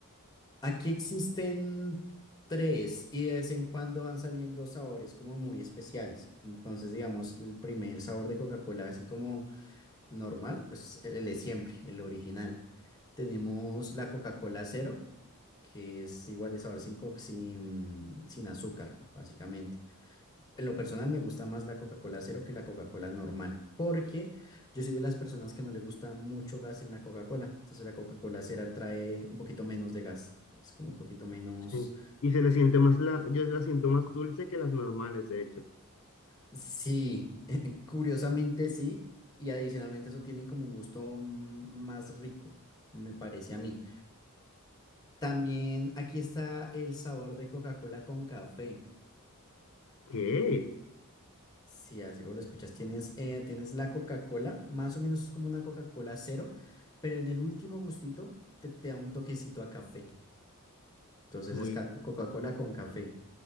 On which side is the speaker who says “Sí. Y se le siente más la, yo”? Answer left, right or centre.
Left